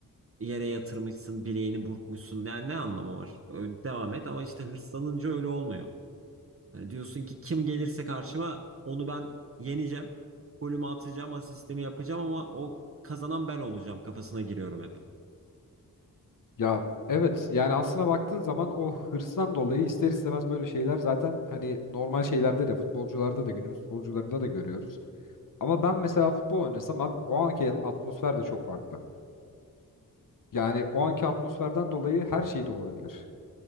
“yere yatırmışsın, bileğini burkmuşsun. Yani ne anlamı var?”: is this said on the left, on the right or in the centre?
Right